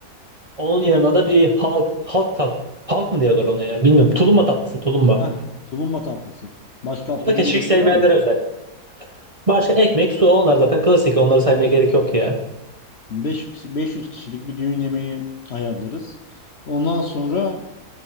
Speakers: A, on the right (about 25°); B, on the left (about 50°).
A: Onun yanına da bir halk halk tat halk mı diyorlar ona ya bilmiyorum. Tulumba tatlısı tulumba.
B: Heh, tulumba tatlısı. Başka atladığımız
A: O da keşkek
B: bir şey
A: sevmeyenlere
B: var mı?
A: özel. Başka ekmek, su onlar zaten klasik. Onları saymaya gerek yok ya.
B: 5 500 kişilik bir düğün yemeği ayarlarız. Ondan sonra